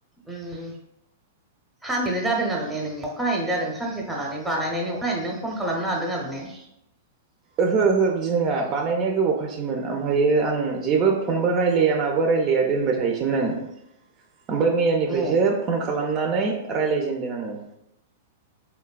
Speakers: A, in the centre; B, on the right (about 35°).
A: ओम सानसेनो जादों आरो ने नों अखानायैनो जादों सानसे थानानै बानायनायनि अखानायै नों फन खालामनो हादों आरो ने?
B: ओहो ओहो बिदि नङा बानायनाया गोबाव खासैमोन आमफायो आं जेबो फनबो रायलाया माबो रायलाया दोनबाय थायोसैमोन आङो। ओमफ्राय मैयानिफ्रायसो
A: औ
B: फन खालामनानै रायलाय जेनदों आंङो